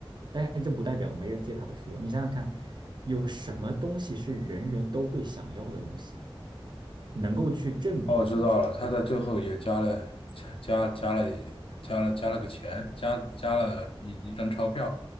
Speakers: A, on the right; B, on the left.
A: 但是这不代表没人借他的书。你想想看，有什么东西是人人都会想要的东西，能够去证明
B: 哦，我知道了，他在最后也加了加加了也加了加了个钱，加加了一一张钞票，